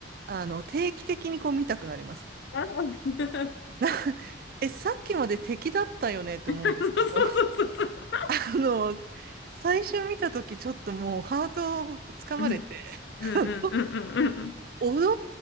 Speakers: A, on the right (about 50°); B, on the left (about 65°).
A: あの、定期的にこう見たくなります。
B: あー
A: な
B: <laughs>
A: <laughs> え、さっきまで敵だったよねって思うんですけど。
B: そうそうそうそうそう。
A: あの、最初見たとき、ちょっともうハートをつかまれて、
B: うんうんうんうんうんうんうん。
A: あの踊る